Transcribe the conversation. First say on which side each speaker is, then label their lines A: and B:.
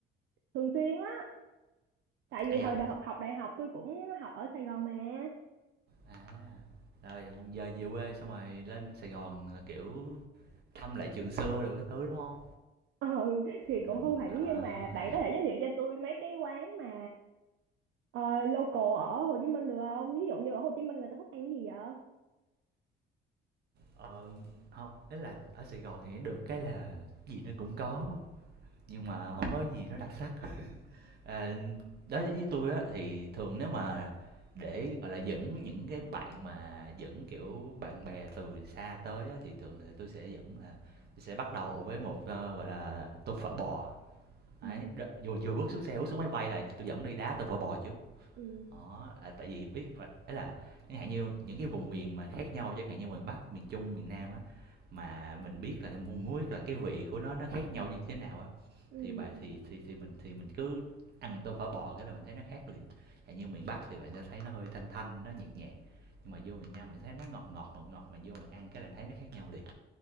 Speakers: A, on the right; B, on the right.
A: thường xuyên á tại vì
B: À dạ.
A: hồi đại học học đại học tôi cũng học ở Sài Gòn mà. <laughs>
B: À, rồi giờ về quê xong rồi lên Sài Gòn là, kiểu, thăm lại trường xưa đồ cái thứ, đúng không
A: Ừ thì
B: Ừm,
A: cũng không hẳn
B: à,
A: nhưng mà bạn có thể giới thiệu cho tôi mấy cái quán mà ờ, local ở Hồ Chí Minh được không? Ví dụ như ở Hồ Chí Minh người ta thích ăn cái gì vậy?
B: ờ, hông, ý là ở Sài Gòn thì được cái là gì nó cũng có, nhưng mà không có gì nó đặc sắc. À, đối với tôi á thì thường nếu mà để, gọi là, dẫn những cái bạn mà dẫn, kiểu, bạn bè từ xa tới á thì thường thì tôi sẽ dẫn là tui sẽ bắt đầu với một, ơ, gọi là, tô phở bò. Ấy,
A: Ừ.
B: đ vừa vừa bước xuống xe, bước xuống máy bay là tôi dẫn đi đá tô phở bò trước.
A: Ừ.
B: Đó, là tại vì biết phải ấy là chẳng hạn như những cái vùng miền mà khác nhau, chẳng hạn như miền Bắc, miền Trung, miền Nam á, mà mình biết là mu muốn biết là cái vị của nó nó khác nhau như thế nào á,
A: ừ
B: thì bà thì thì thì mình thì mình cứ ăn tô phở bò cái là mình thấy nó khác liền. Chẳng như miền Bắc thì bạn sẽ thấy nó hơi thanh thanh, nó nhạt nhạt, nhưng mà vô miền Nam mình thấy nó ngọt ngọt, ngọt ngọt, mà vô bạn ăn cái là thấy nó khác nhau liền.